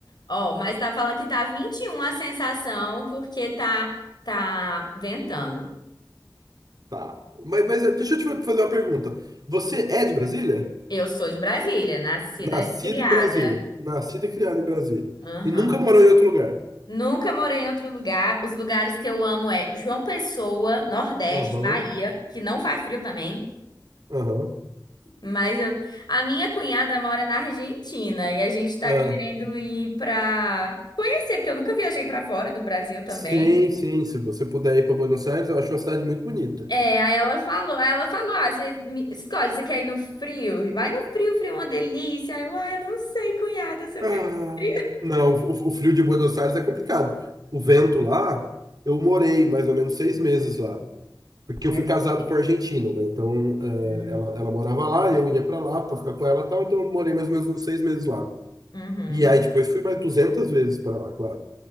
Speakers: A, on the left; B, on the right.
A: Ó, mas tá falando que tá 21 a sensação porque tá, tá ventando.
B: Tá. Mas, mas eh, deixa eu te fazer uma pergunta. Você é de Brasília?
A: Eu sou de Brasília, nascida
B: Nascido
A: e criada.
B: em Brasília. Nascido e criado em Brasília.
A: Aham.
B: E nunca morou em outro lugar.
A: Nunca morei em outro lugar. Os lugares que eu amo é João Pessoa, Nordeste,
B: Aham,
A: Bahia, que não faz frio também.
B: aham.
A: Mas eu... a minha cunhada mora na Argentina e a gente tá
B: Ah,
A: querendo ir pra conhecer, porque eu nunca viajei pra fora do Brasil também.
B: sim, sim. Se você puder ir para Buenos Aires, eu acho uma cidade muito bonita.
A: É, aí ela falou, aí ela falou, ah, você me- escolhe, você quer ir no frio? Vai no frio, frio é uma delícia. Aí eu, ah, eu não sei, cunhada, se eu
B: Ah,
A: quero frio.
B: não, o, o frio de Buenos Aires é complicado. O vento lá, eu morei mais ou menos seis meses lá. Porque
A: Nervento.
B: eu fui casado com a Argentina, né? Então, eh,
A: Hum,
B: ela, ela morava lá, eu ia para lá para ficar com ela e tal. Então, eu morei mais ou menos uns seis meses lá.
A: uhum.
B: E aí depois fui mais 200 vezes para lá, claro.